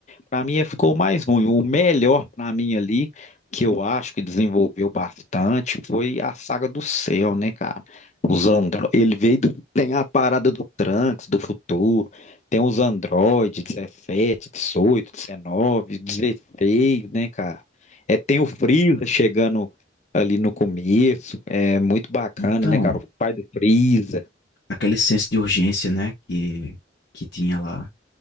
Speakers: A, on the left (about 35°); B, on the left (about 55°).
A: para mim é, ficou o mais ruim. O melhor para mim ali, que eu acho que desenvolveu bastante, foi a saga do céu, né, cara? Os andro... Ele veio do... Tem a parada do Trunks, do futuro, tem os androides, 17, 18, 19, 16, né, cara? É, tem o Freeza chegando ali no começo, é muito bacana,
B: Então,
A: né, cara? O pai do Freeza.
B: Aquele senso de urgência, né, que que tinha lá,